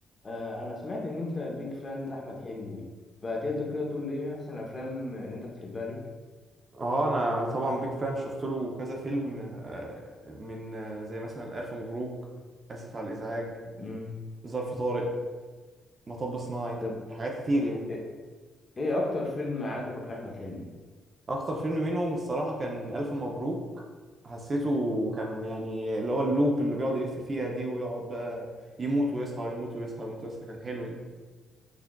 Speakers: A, on the left (about 25°); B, on the right (about 40°).
A: آه، انا سمعت ان انت بيك فان لاحمد حلمي فتقدر كده تقول لي ايه احسن افلام اللي انت بتحبها لي
B: اه انا طبعا بيك فان شفت له كذا فيلم آه، من آه، زي مثلا الف مبروك اسف على الازعاج
A: مم.
B: ظرف طارق مطب صناعي
A: طب
B: حاجات كتير يعني
A: ايه إيه اكتر فيلم عجبك لاحمد حلمي
B: اكتر فيلم منهم الصراحه كان الف مبروك حسيته كان يعني اللي هو اللوب اللي بيقعد يلف فيها دي ويقعد بقى يموت ويصحى يموت ويصحى يموت ويصحى كان حلو يعني